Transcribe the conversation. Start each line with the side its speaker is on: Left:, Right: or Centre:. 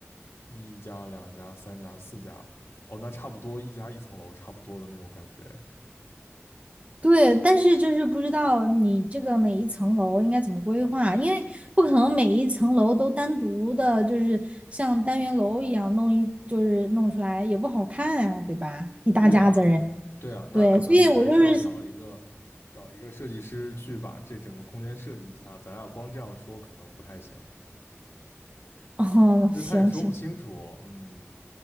Left: 一家、两家、三家、四家，哦，那差不多一家一层楼，差不多的那种感觉。
Right: 对，但是就是不知道你这个每一层楼应该怎么规划，因为不可能每一层楼都单独的，就是像单元楼一样弄一，就是弄出来也不好看呀、对吧？一大家子人，
Left: 对啊，对啊，那可能你还是要找一个找一个设计师去把这整个空间设计一下。
Right: 对，所以我就是，
Left: 咱俩光这样说可能不太行，
Right: <laughs> 哦，
Left: 这他也说不清楚。
Right: 行行，
Left: 嗯，